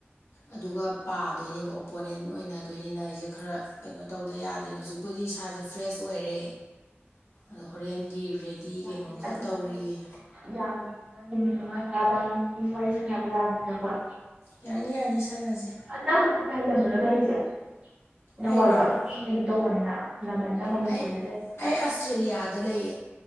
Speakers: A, on the left; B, on the right.
A: ꯑꯗꯨꯒ ꯄꯥꯗꯣꯏꯅꯦꯕ ꯑꯣꯄꯣꯅꯦꯟ ꯑꯣꯏꯅꯗꯣꯏꯅꯤꯅ ꯑꯩꯁꯦ ꯈꯔ ꯀꯩꯅꯣ ꯇꯧꯗ ꯌꯥꯗꯦ ꯍꯧꯖꯤꯛ ꯄꯨꯗꯤ ꯁꯥꯥꯁꯦ ꯐ꯭ꯔꯦꯁ ꯑꯣꯏꯔꯦ ꯑꯗꯣ ꯍꯣꯔꯦꯟꯒꯤ ꯔꯦꯗꯤ ꯀꯩꯅꯣ
B: ꯌꯥꯅꯤ
A: ꯈꯔ
B: ꯑꯗꯨꯗꯤ
A: ꯇꯧꯔꯤꯌꯦ
B: ꯌꯥꯝꯕꯅꯤꯗ ꯅꯨꯃꯤꯠ ꯃꯉꯥ ꯇꯔꯥꯗꯪ ꯑꯗꯨ ꯋꯥꯔꯤ ꯁ ꯕ ꯌꯥꯕꯅꯤꯅꯀꯣ ꯑ
A: ꯌꯥꯅꯤ ꯌꯥꯅꯤ ꯁꯥꯟꯅꯁꯤ
B: ꯍꯧꯖꯤꯛ ꯀꯔꯤ ꯂꯝꯗꯅ ꯂꯩꯔꯤꯁꯦ ꯑ
A: ꯑꯩꯔꯣ
B: ꯋꯥꯔꯜ ꯀꯞꯀꯤ ꯀꯩꯅꯣ ꯇꯧꯕꯅꯤꯅ ꯁꯅꯕꯟꯗ ꯃꯅꯤꯄꯨꯔꯗ
A: ꯑꯩ
B: ꯂꯩ
A: ꯑꯩ ꯑꯁꯇ꯭ꯔꯦꯂꯤꯌꯥꯗ ꯂꯩꯌꯦ